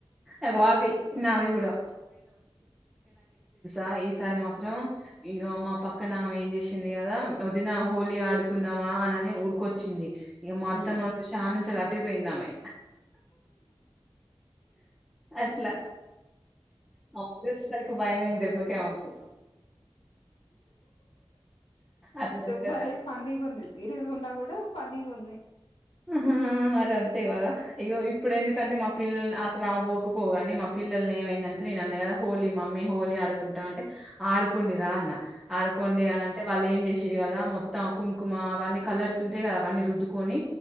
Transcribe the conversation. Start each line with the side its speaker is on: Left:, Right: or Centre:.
Centre: అగో అది నాది కూడా ఆ ఈసారి మాత్రం ఇగో మా పక్కన ఆమె ఏం చేశింది కదా, వదినా హోలీ ఆడుకుందామా అనని ఊరుకొచ్చింది. ఇగ మా అత్తమ్మన్
Left: ఉమ్
Centre: చూశి ఆడ్నుంచెలి అట్ టే పోయిందామె. అట్లా మా అత్తను చూసేసరికి భయమయింది దెబ్బకే ఆమెకు. అట్లుంటది
Left: బలే ఫన్నీగుంది సీరియస్ గా ఉన్నా కూడా ఫన్నీగుంది.
Centre: ఆహా మరి అంతే కదా. ఇగో ఇప్పుడు ఎందుకంటే మా పిల్లల్ని అసలు ఆమె పోకపోవుగాని మా పిల్లల్ని ఏమై దంటే నేనన్న గదా హోలీ మామ్ మ్మీ హోలీ ఆడుకుంటాం అంటే, ఆడుకోండిరా అన్న. ఆడుకోండి
Left: ఉమ్
Centre: అని అంటే వాళ్ళేం చేశి రి గదా. మొత్తం ఆ కుంకుమ అవన్నీ కలర్స్ ఉంటయి కదా అవన్నీ రుద్దుకొనీ.